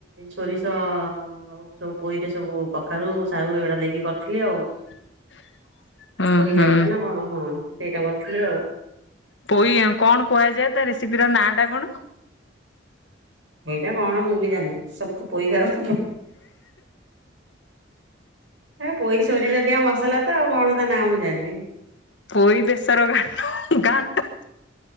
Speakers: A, on the right; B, on the left.
A: ଷୋରିଷ ଆଉ ସବୁ ପୋଇରେ ସବୁ କଖାରୁ ସାରୁ ଏଉଡ଼ା ଦେ ଇକି କରିଥିଲି ଆଉ।
B: <inaudible> ଉଁ
A: ପୋଇ
B: ହୁଁ
A: ରାଇତା ନାଁ କଣ ହଁ ସେଇଟା କରିଥିଲି ଆଉ।
B: ପୋଇ ଆଉ କଣ କୁହାଯାଏ ତା ରେସିପିର ନାଁଟା କଣ?
A: ହେଇଟା କଣ ମୁଁ ବି ଜାଣିନି ସବୁ ତ ପୋଇ କାଉ। ହେ ପୋଇ ଷୋରିଷ ଦିଆ ମସଲା ତ ଆଉ କଣ ତ ନା ମୁଁ ଜାଣିନି।
B: ପୋଇ ବେଶର ଘାଁଟ ଘାଁଣ୍ଟ